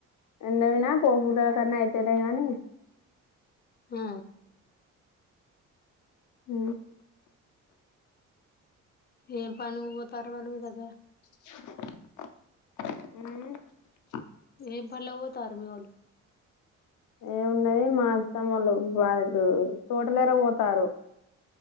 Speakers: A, on the left; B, on the left.
A: ఎందు వినా పోకల కన్నా అయితేనే గానీ
B: ఆ
A: హ
B: ఏం పని పోతరవాళ మీ దగ్గర
A: అ
B: ఏఫళ్ళ త ఆర్ మీ వొళ్ళు
A: ఏమున్నది మాస వాళ్ళు వాారికి తోటలేర పోతారు